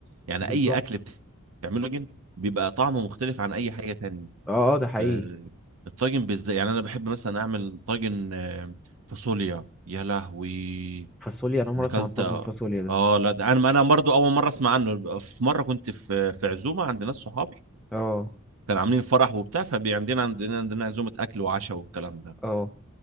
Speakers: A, on the right (about 70°); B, in the centre.
A: يعني
B: بالظبط
A: اي اكل بتعمله طاجن بيبقى طعمه مختلف عن اي حاجه تانية
B: اه اه ده حقيقي
A: آه، الطاجن بالذات يعني انا بحب مثلا اعمل طاجن آه، فاصوليا يا لهوي
B: فاصوليا انا عمري
A: انا اكلت
B: اسمع عن طاجن فاصوليا ده
A: اه لا ده انا انا برضو اول مره اسمع عنه في مره كنت في في عزومه عند ناس صحابي
B: اه
A: كانوا عاملين فرح وبتاع فعندنا عندنا عندنا عندنا عزومه اكل وعشاء والكلام ده
B: اه